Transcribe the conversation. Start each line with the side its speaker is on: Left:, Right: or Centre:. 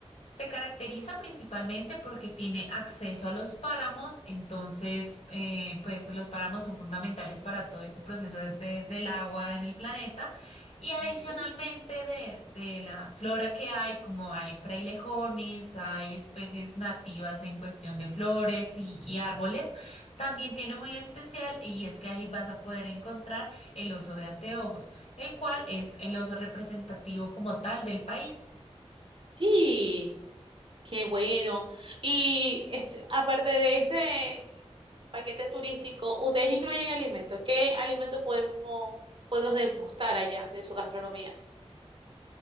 Left: Se caracteriza principalmente porque tiene acceso a los páramos, entonces, eh, pues los páramos son fundamentales para todo este proceso de- de- del agua en el planeta y adicionalmente
Right: Ujú.
Left: de, de la flora que hay, como hay frailejones, hay especies nativas en cuestión de flores y, y árboles, también tiene muy especial y es que ahí vas a poder encontrar el oso de anteojos, el cual es el oso representativo como tal del país.
Right: Sí, qué bueno. Y este, aparte de este paquete turístico, ¿ustedes incluyen alimentos? ¿Qué alimentos podemos, podemos degustar allá de su gastronomía?